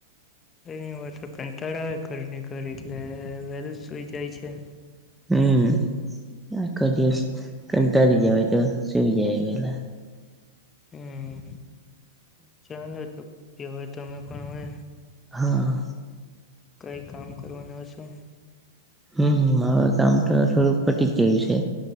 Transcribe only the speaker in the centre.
હમ આખો દિવસ કંટળી જવાય તો સુઈ જાય પેલા
હા
હમ મારું કામ તો થોડુંક પટી જ ગયું છે